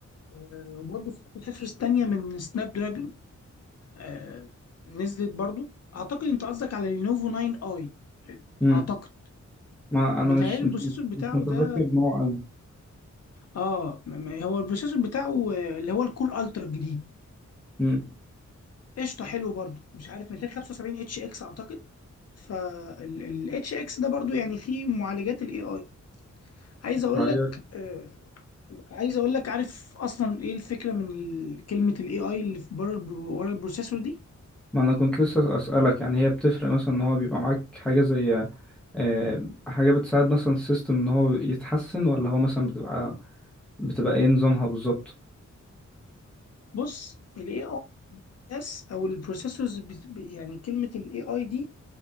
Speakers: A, on the left; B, in the centre.
A: آه، وبرضه في بروسيسورز تانية من سناب دراجون آه، نزلت برضه اعتقد انت قصدك على لينوفو 9 اي
B: امم
A: اعتقد
B: ما انا
A: متهيألي
B: مش مش
A: البروسيسور بتاعه
B: مش متذكر
A: ده
B: نوع قوي
A: اه ما- ما- هو البروسيسور بتاعه آه، اللي هو الكول الترا الجديد
B: امم
A: قشطه حلو برضو مش عارف 275 اتش اكس اعتقد فالاتش اكس ده برضو يعني فيه معالجات الاي اي عايز اقول
B: طيب
A: لك آه، عايز اقول لك عارف اصلا ايه الفكره من ال- كلمه الاي اي اللي في بره البر- ورا البروسيسور دي
B: ما انا كنت لسه اسالك يعني هي بتفرق مثلا ان هو بيبقى معاك حاجه زي آه، حاجه بتساعد مثلا السيستم ان هو يتحسن ولا هو مثلا بتبقى بتبقى ايه نظامها بالظبط
A: بص الاي اي اس او البروسيسورز بت- ب- يعني كلمه الاي اي دي